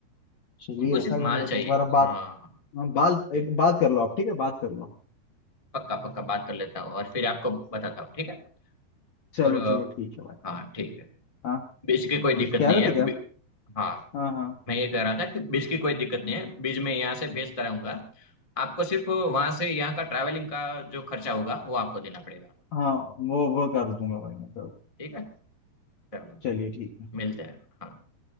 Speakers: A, on the left; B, on the left.
A: चलिए
B: उनको सिर्फ
A: ऐसा
B: माल
A: कर लेते
B: चाहिए
A: हैं एक बार अब बात
B: हाँ
A: हाँ, बाल
B: ठीक
A: एक बात कर लो आप ठीक है बात कर लो
B: पक्का पक्का बात कर लेता हूँ और फिर आपको बताता हूँ ठीक है
A: चलो
B: और अ,
A: चलो ठीक है भाई
B: हाँ ठीक है
A: हाँ
B: बीज की कोई दिक्कत
A: तो जो कह
B: नहीं
A: रहे
B: है
A: थे क्या
B: बी- हाँ
A: हाँ हाँ
B: मैं ये कह रहा था कि बीज की कोई दिक्कत नहीं है बीज मैं यहाँ से भेजता रहूंगा आपको सिर्फ वहां से यहाँ का ट्रैवलिंग का जो खर्चा होगा वो आपको देना पड़ेगा
A: हाँ वो वो कर दूंगा भाई मैं कर
B: ठीक है चलो
A: चलिए ठीक है
B: मिलते हैं हाँ